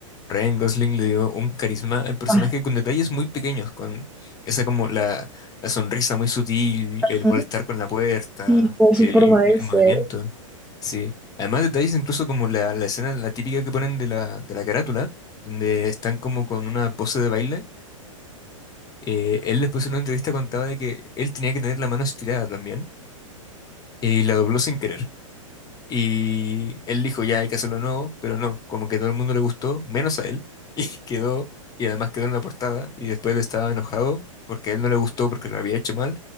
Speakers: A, on the left; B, in the centre.
A: Ryan Gosling le dio un carisma al personaje
B: Ah,
A: con detalles muy pequeños, con esa como la, la sonrisa muy sutil,
B: ajá.
A: el molestar con la puerta,
B: y Como su
A: el,
B: forma de
A: el
B: ser.
A: movimiento. Sí. Además, detalles incluso como la, la escena, la típica que ponen de la, de la carátula, donde están como con una pose de baile. Eh, él después en una entrevista contaba de que él tenía que tener la mano estirada también, eh, y la dobló sin querer. Y él dijo, ya hay que hacerlo nuevo, pero no, como que todo el mundo le gustó, menos a él, <laughs> y quedó, y además quedó en la portada, y después él estaba enojado porque a él no le gustó porque lo había hecho mal,